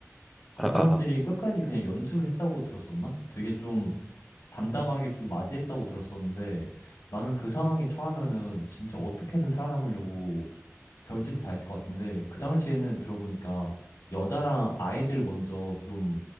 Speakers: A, on the left; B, in the centre.
A: 그
B: 아,
A: 사람들이
B: 아, 아.
A: 끝까지 그냥 연주를 했다고 들었었나? 되게 좀 담담하게 좀 맞이했다고 들었었는데 나는 그 상황에 처하면은 진짜 어떻게든 살아남으려고 별짓을 다 했을 것 같은데 그 당시에는 들어보니까 여자랑 아이들 먼저 좀